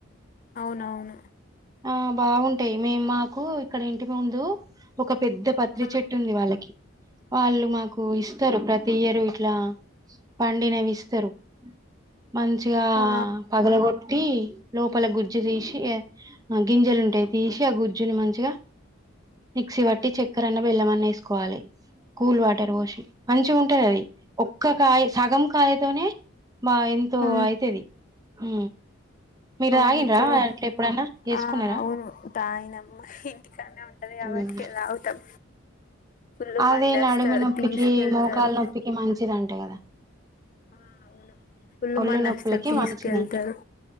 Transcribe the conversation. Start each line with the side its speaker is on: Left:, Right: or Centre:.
Left: అవునవును
Right: ఆ బాగుంటాయి మేము మాకు ఇక్కడ ఇంటి ముందు ఒక పెద్ద పత్రి
Left: ఆ
Right: చెట్టు ఉంది వాళ్ళకి వాళ్ళు మాకు ఇస్తారు ప్రతి ఇయరు అట్లా పండినేవిస్తారు మంచిగా
Left: ఆ
Right: పగలగొట్టి లోపల గుజ్జు తీసి ఆ గింజలు ఉంటాయి తీసి ఆ గుజ్జుని మంచిగా మిక్సీ పట్టి చక్కరన్న బెల్లమన్న వేసుకోవాలి కూల్ వాటర్ పోసి మంచిగా ఉంటది అది ఒక్క కాయ సగం కాయతోనే బ ఎంతో
Left: ఆ
Right: అయితది ఉ మీరు
Left: అవును
Right: తాగిండ్రా
Left: ఇక్కడ
Right: అట్ ఎప్పుడన్నా చేసుకున్నారా
Left: ఆ అవును తాగినాము ఇంటికానే ఉంటది కాబట్టి
Right: ఉమ్
Left: తాగుతాం ఫుల్
Right: అది
Left: మంది వస్తారు
Right: నడుము నొప్పికి
Left: తీసుకెళ్తారు
Right: మోకాలు నొప్పికి మంచిది అంట కదా
Left: ఉ అవును ఫుల్
Right: ఒళ్ళు
Left: మందేస్తారు
Right: నొప్పులకి
Left: తీసుకెళ్తారు
Right: మంచిదంట